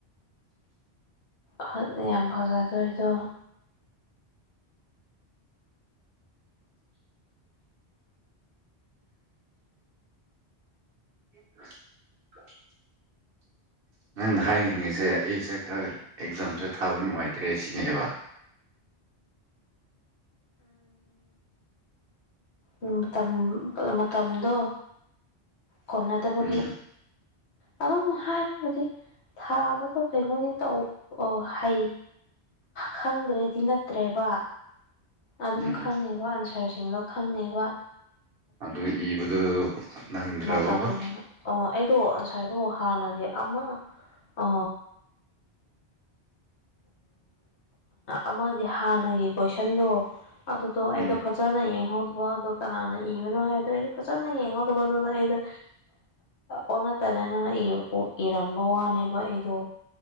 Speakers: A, on the left; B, on the right.
A: ꯈꯠ ꯌꯥꯝ ꯐꯖꯗꯣꯏꯗꯣ
B: ꯍꯥ ꯅꯪꯅ ꯍꯥꯏꯅꯤꯡꯉꯤꯁꯦ ꯑꯩꯁꯦ ꯈꯔ ꯑꯦꯛꯖꯥꯝꯁꯦ ꯊꯥꯕ ꯅꯨꯡꯉꯥꯏꯇ꯭ꯔꯦ ꯁꯤꯅꯦꯕ
A: ꯎꯝ ꯃꯇꯝ ꯃꯇꯝꯗꯣ ꯀꯣꯟꯅꯗꯕꯒꯤ
B: ꯎꯝ
A: ꯑꯗꯨꯝ ꯍꯥꯏꯕꯕꯨꯗꯤ ꯊꯥꯕ ꯕ ꯀꯩꯅꯣꯗꯤ ꯇꯧ ꯑ ꯍꯩ ꯈꯪꯗ꯭ꯔꯦꯗꯤ ꯅꯠꯇ꯭ꯔꯦꯕ ꯑꯗꯨꯝ
B: ꯎꯝ
A: ꯈꯪꯉꯦꯕ ꯑꯟꯁꯔꯁꯤꯡꯗꯣ ꯈꯪꯉꯦꯕ
B: ꯑꯗꯨꯏ ꯏꯕꯗꯨ ꯅꯪꯗ꯭ꯔꯕꯀꯣ
A: ꯃꯇꯝꯗ ꯑꯣ ꯑꯩꯗꯣ ꯑꯟꯁꯔꯗꯣ ꯍꯥꯟꯅꯒꯤ ꯑꯃ ꯑ ꯑꯃꯒꯤ ꯍꯥꯟꯅꯒꯤ ꯀꯣꯏꯁꯟꯗꯣ ꯑꯗꯨꯗꯣ ꯑꯩꯗꯣ
B: ꯎꯝ
A: ꯐꯖ ꯖꯅ ꯌꯦꯡꯍꯧꯗꯕ ꯑꯗꯨ ꯀꯅꯥꯅ ꯏꯒꯨꯅꯣ ꯍꯥꯏꯗ꯭ꯔꯦꯗꯣ ꯐꯖꯅ ꯌꯦꯡꯍꯧꯗꯕꯗ ꯑꯗꯨꯗꯣ ꯑꯩꯗꯣ ꯑꯣꯟꯅ ꯇꯩꯅꯅꯒ ꯏꯎ ꯎ ꯏꯔꯝꯕ ꯋꯥꯅꯦꯕ ꯑꯩꯗꯣ